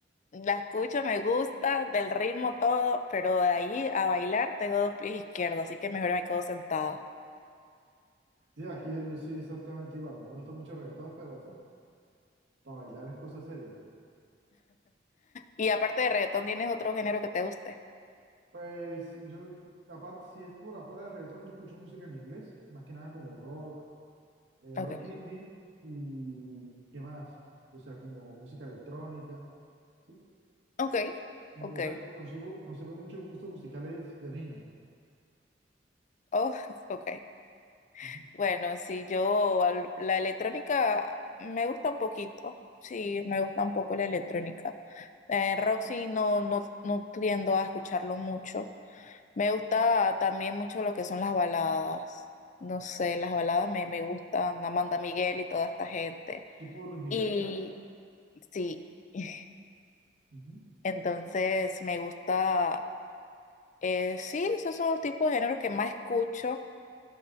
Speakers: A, on the left (about 40°); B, on the right (about 75°).
A: La escucho, me gusta, del ritmo todo, pero de ahí a bailar tengo dos pies izquierdos, así que mejor me quedo sentado.
B: Sí, aquí yo soy exactamente igual. A mí me gusta mucho el reggaetón, pero para bailar es cosa seria.
A: Y aparte de reggaetón, ¿tienes otro género que te guste?
B: Pues yo, aparte, si es por afuera de reggaetón, yo escucho música en inglés, más que nada como rock, eh,
A: Ok,
B: rock indie y qué más. O sea, como música electrónica. ¿sí?
A: ok,
B: O
A: ok,
B: o sea, con- consumo- conservo muchos gustos musicales de niño.
A: oh, <laughs> ok.
B: Ujú.
A: Bueno, si yo, al- la electrónica me gusta un poquito, sí, me gusta un poco la electrónica. Eh, rock sí, no, no, no tiendo a escucharlo mucho. Me gusta también mucho lo que son las baladas. No sé, las baladas me, me gustan, Amanda Miguel y toda esta gente.
B: Tipo Luis Miguel
A: Y
B: y demás.
A: sí, <laughs>
B: Ujú.
A: entonces me gusta, eh, sí, esos son los tipos de géneros que más escucho.